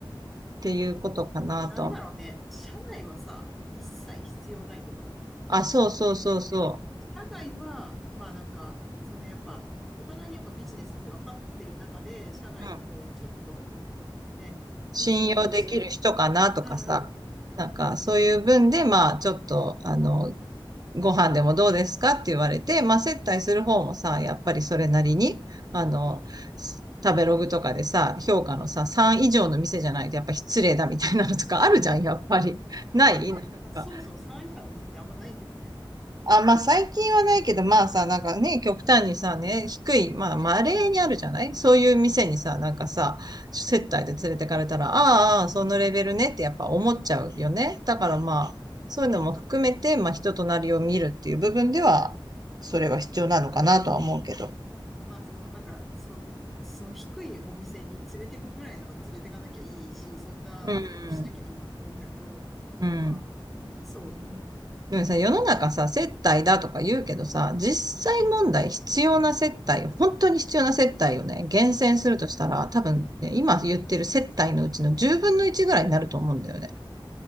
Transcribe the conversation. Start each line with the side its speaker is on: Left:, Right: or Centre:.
Right: っていうことかなと。
Centre: なんだろうね。社内はさ、もう一切必要ないと思うわ。
Right: あ、そうそうそうそ
Centre: 社外は、まあなんか、そのやっぱ、お互いにやっぱビジネスって分かってる中で、社外でこう、
Right: う。
Centre: ちょっとね、
Right: 信用できる人かなとかさ、
Centre: いつものし、うんうん。
Right: なんかそういう分で、まあちょっと、あの、ご飯でもどうですかって言われて、まあ接待する方もさ、やっぱりそれなりに、あの、食べログとかでさ、評価のさ、3以上の店じゃないとやっぱ失礼だみたいなのとかあるじゃん、やっぱり。ないなんか
Centre: まあね、まあそもそも3以下の店ってあんまないけどね。
Right: あ、まあ最近はないけど、まあさ、なんかね、極端にさ、ね、低い、まあ稀にあるじゃないそういう店にさ、なんかさ、接待で連れてかれたら、ああ、ああそのレベルねってやっぱ思っちゃうよね。だからまあ、そういうのも含めて、まあ人となりを見るっていう部分では、それは必要なのかなとは思うけど。
Centre: まあそのなんか、そ、その低いお店に連れてくぐらいなら連れてかなきゃいいし、そんなことはしなきゃいいなと思うんだけど、
Right: うん、うん。
Centre: まあね、そうね。
Right: でもさ、世の中さ、接待だとか言うけどさ、実際問題必要な接待、本当に必要な接待をね、厳選するとしたら、多分ね、今言ってる接待のうちの10分の1ぐらいになると思うんだよね。